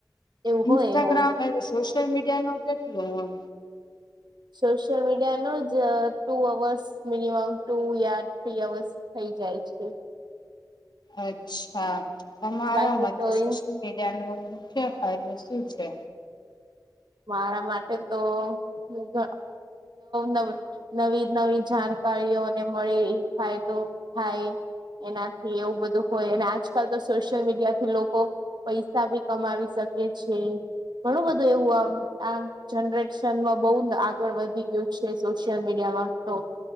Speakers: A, on the right (about 75°); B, on the left (about 75°).
A: એવું
B: ઇન્સ્ટાગ્રામ
A: હોય હવે
B: એ સોશિયલ મીડિયાનુ કેટલું
A: સોશિયલ મીડિયા નો જ ટુ અવર્સ મિનિમમ ટુ યા થ્રી અવર્સ થઈ તી જાય છે
B: અચ્છા તમારા
A: બાકી
B: મતે
A: તો
B: સોશિયલ
A: ઇન્
B: મીડિયાનો કયા ફાયદો શું છે
A: મારા માટે તો નવ નવ નવી નવી જાણ કારીઓને મળે એ ફાયદો થાય એનાથી એવું બધું હોય, અને આજકાલ તો સોશિયલ મીડિયા થી લોકો પૈસા ભી કમાવી શકે શકે છે ઘણું બધું એવું આમ આમ જનરેશનમાં બો આગળ વધી ગયું છે સોશિયલ મીડિયામાં તો